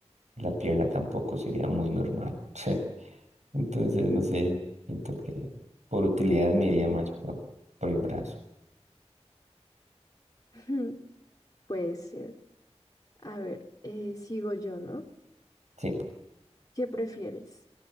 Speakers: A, on the right (about 85°); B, on the left (about 35°).
A: la pierna tampoco sería muy normal. <laughs> Entonces, no sé, siento que por utilidad me iría más por, por el brazo.
B: <laughs> Puede ser. A ver, eh, sigo yo, ¿no?
A: Sí.
B: ¿Qué prefieres?